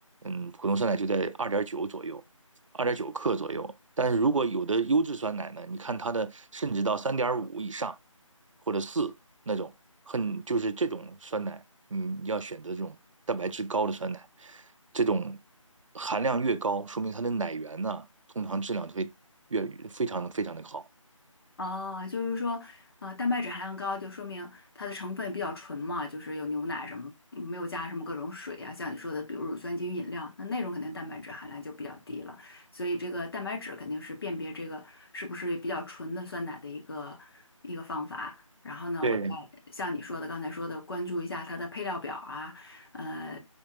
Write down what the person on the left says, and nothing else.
哦，就是说，呃，蛋白质含量高，就说明它的成分比较纯嘛，就是有牛奶什么，嗯没有加什么各种水啊，像你说的，比如乳酸菌饮料，那那种肯定蛋白质含量就比较低了。所以这个蛋白质肯定是辨别这个是不是比较纯的酸奶的一个一个方法。然后呢，
我再像你说的刚才说的，关注一下它的配料表啊，呃，